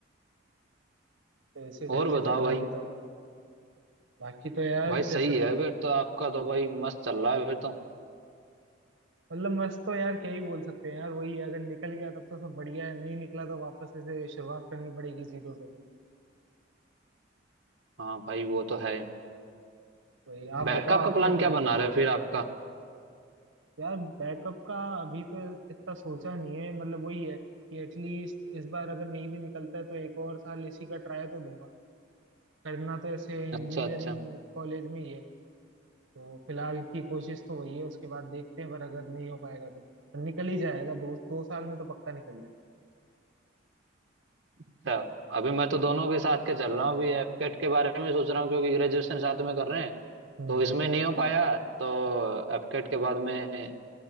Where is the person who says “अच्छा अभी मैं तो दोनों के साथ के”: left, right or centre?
Right